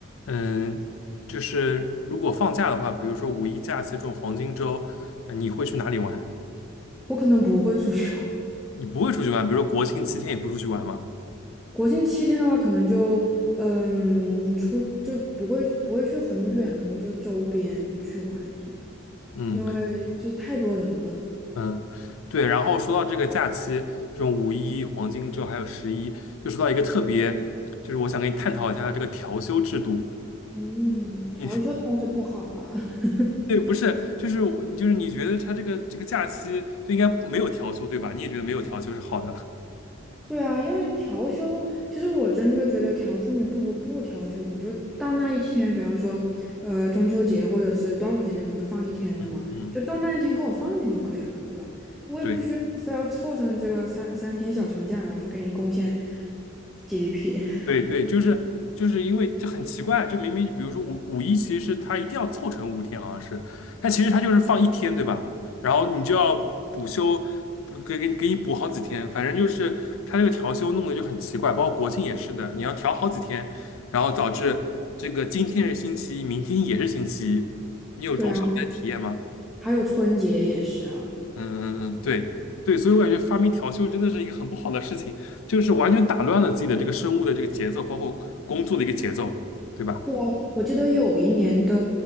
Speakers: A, on the left; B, in the centre.
A: 嗯，就是如果放假的话，比如说五一假期这种黄金周，呃你会去哪里玩？
B: 我可能不会出去玩。
A: 你不会出去玩，比如说国庆七天也不出去玩吗？
B: 国庆七天的话，可能就嗯出就不会不会去很远，可能就周边去玩一下，
A: 嗯
B: 因为就太多人了。
A: 嗯，对。然后说到这个假期，这种五一、黄金周还有十一，就说到一个特别，就是我想跟你探讨一下这个调休制度。
B: 嗯，调休倒是不好了。
A: 你
B: <laughs>
A: <laughs> 对，不是，就是我就是你觉得他这个这个假期就应该没有调休，对吧？你也觉得没有调休是好的。
B: 对啊，因为调休，其实我真的觉得调休你不如不调休，你就到那一天，比方说，呃，中秋节或者是端午节那种，就放一天的嘛，
A: <laughs> 嗯嗯，
B: 就到那一天给我放一天就可以了，对吧？我也不需要非要凑成这个三三天小长假，
A: 对。
B: 然后就给你贡献 GDP。<laughs>
A: 对对，就是就是因为这很奇怪，就明明比如说五五一，其实是它一定要凑成五天，好像是，但其实他就是放一天，对吧？然后你就要补休，补给给你给你补好几天，反正就是他这个调休弄得就很奇怪，包括国庆也是的，你要调好几天，然后导致这个今天是星期一，明天也是星期一，你有这种上班体验吗？
B: 对啊，还有春节也是啊。
A: 嗯嗯嗯，对对，所以我感觉发明调休真的是一个很不好的事情，就是完全打乱了自己的这个生物的这个节奏，包括工作的一个节奏，对吧？
B: 对啊，我记得有一年的，